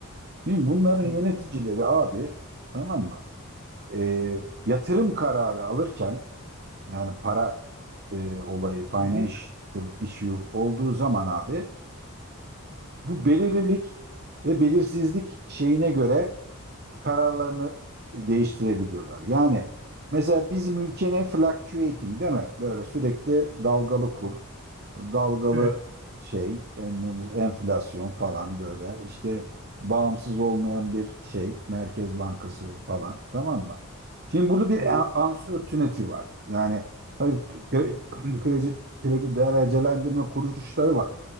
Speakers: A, on the right (about 50°); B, on the right (about 75°).
A: Şimdi bunların
B: Hı
A: yöneticileri
B: hı.
A: abi tamam mı? Ee, yatırım kararı alırken yani para e, olayı financial
B: hı hı.
A: issue olduğu zaman abi bu belirlilik ve belirsizlik şeyine göre kararlarını değiştirebiliyorlar. Yani mesela bizim ülkenin fluctuating değil mi? Böyle sürekli dalgalı kur, dalgalı
B: Evet.
A: şey, en- enflasyon falan böyle işte bağımsız olmayan bir şey, Merkez Bankası falan tamam mı? Şimdi burada bir
B: Tamam.
A: a- uncertainty var. Yani tabii kredi, <clears throat> kredi, kredi derecelendirme kuruluşları var.